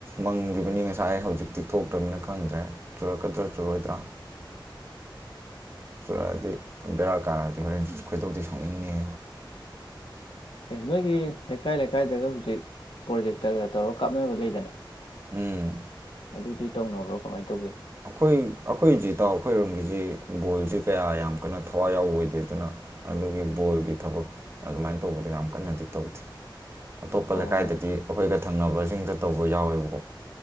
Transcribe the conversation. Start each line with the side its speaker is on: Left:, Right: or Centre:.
Right: ꯃꯪꯈꯤꯕꯅꯤ ꯉꯁꯥꯏ ꯍꯧꯖꯤꯛꯇꯤ ꯊꯣꯛꯇ꯭ꯔꯕꯅꯤꯅ ꯈꯪꯗ꯭ꯔꯦ ꯆꯨꯔꯛꯀꯗ꯭ꯔꯥ ꯆꯨꯔꯣꯏꯗ꯭ꯔꯥ ꯆꯨꯔꯛꯑꯗꯤ ꯕꯦꯔꯥ ꯀꯥꯔꯗꯤ ꯍꯣꯔꯦꯟ ꯈꯣꯏꯗꯧꯗꯤꯤ ꯁꯣꯛꯅꯤꯡꯉꯤ
Left: ꯑꯦ ꯅꯣꯏꯒꯤ ꯂꯩꯀꯥꯏ ꯂꯩꯀꯥꯏꯗꯒ ꯍꯧꯖꯤꯛ ꯄ꯭ꯔꯣꯖꯦꯛꯇꯔꯒ ꯇꯧꯔꯒ ꯀꯥꯞꯅꯕ ꯂꯩꯗꯅ
Right: ꯎꯝ
Left: ꯑꯗꯨꯗꯤ ꯇꯧꯅꯕ꯭ꯔꯣ ꯀꯃꯥꯏꯅ ꯇꯧꯒꯦ
Right: ꯑꯩꯈꯣꯏ ꯑꯩꯈꯣꯏꯖꯤ ꯏꯇꯥꯎ ꯑꯩꯈꯣꯏꯔꯣꯝꯒꯤꯁꯤ ꯕꯣꯜꯁꯤ ꯀꯌꯥ ꯌꯥꯝ ꯀꯟꯅ ꯊꯋꯥꯏ ꯌꯥꯎꯕ ꯑꯣꯏꯗꯦ ꯑꯗꯨꯅ ꯑꯗꯨꯒꯤ ꯕꯣꯜꯒꯤ ꯊꯕꯛ ꯑꯗꯨꯃꯥꯏꯅ ꯇꯧꯕꯗ ꯌꯥꯝ ꯀꯟꯅꯗꯤ ꯇꯧꯗꯦ ꯑꯇꯣꯞꯄ
Left: ꯑꯣ
Right: ꯂꯩꯀꯥꯏꯗꯗꯤ ꯑꯩꯈꯣꯏꯒ ꯊꯝꯅꯕꯁꯤꯡꯗ ꯇꯧꯕ ꯌꯥꯎꯋꯦꯕꯀꯣ